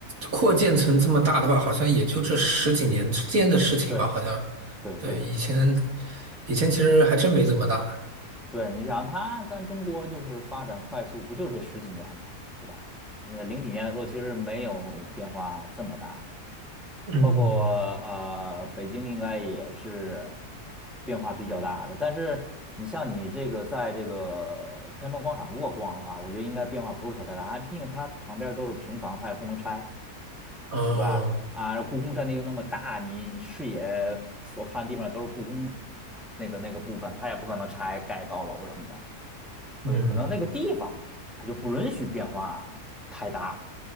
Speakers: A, on the right; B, in the centre.
A: 扩建成这么大的话，好像也就这十几年之间的事情吧，
B: 对
A: 好像。
B: 对对。
A: 对，以前以前其实还真没这么大。
B: 对，你想它，咱中国就是发展快速，不就是这十几年嘛，对吧？呃，零几年的时候其实没有变化这么大，
A: 嗯，
B: 就包括呃北京应该也是变化比较大的。但是你像你这个在这个天安门广场如果逛的话，我觉得应该变化不是特别大，毕竟它旁边都是平房，它也不能拆。
A: 哦，
B: 对吧？啊，然后故宫占地又那么大，你视野所看的地方都是故宫那个那个部分，它也不可能拆盖高楼什么的，所以可能那个地方它就不允许变化太大，
A: 嗯，